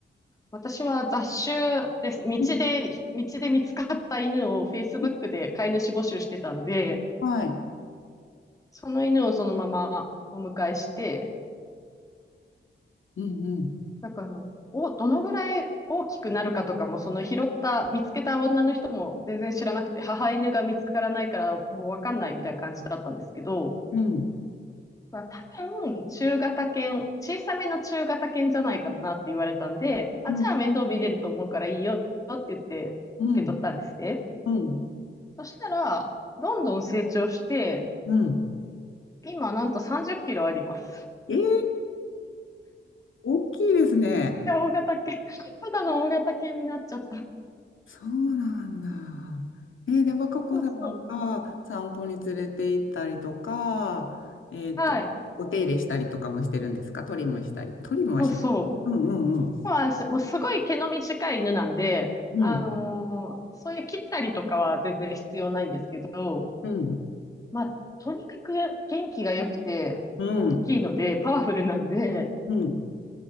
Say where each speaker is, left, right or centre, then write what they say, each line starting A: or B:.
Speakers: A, on the left (about 15°); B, on the left (about 75°).
A: 私は雑種です。道で、
B: うん
A: 道で見つかった犬を Facebook
B: うん
A: で飼い主募集してたんで、
B: はい。
A: その犬をそのままお迎えして、
B: うんうん。
A: だから、お、どのぐらい大きくなるかとかも、その拾った、見つけた女の人も全然知らなくて、母犬が見つからないからもうわかんないみたいな感じだったんですけど、
B: うん。
A: まあ、多分、中型犬、小さめの中型犬じゃないかなって言われたんで、あ、
B: うん
A: じゃあ面倒見れると思うからいいよって言って受け取ったんですね。
B: うん。うん。
A: そしたら、どんどん成長して、
B: うん。
A: 今なんと30キロあります。
B: ええ、大きいですね。
A: めっちゃ大型犬。<laughs> ただの大型犬になっちゃった。
B: そうなんだ。えー、で、若子さんが散歩に連れて行ったりとか、
A: そうそう。
B: えっと、
A: はい。
B: お手入れしたりとかもしてるんですかトリムしたり。トリムはしない。
A: そうそ
B: うんうん
A: う。まあ、しもうすごい毛の短い犬なんで、
B: うん。
A: あのーそういう切ったりとかは全然必要ないんですけど、
B: うん、
A: まあ、とにかく元気が良くて、
B: うん、
A: 大きいので、パワフルなんで、
B: うん、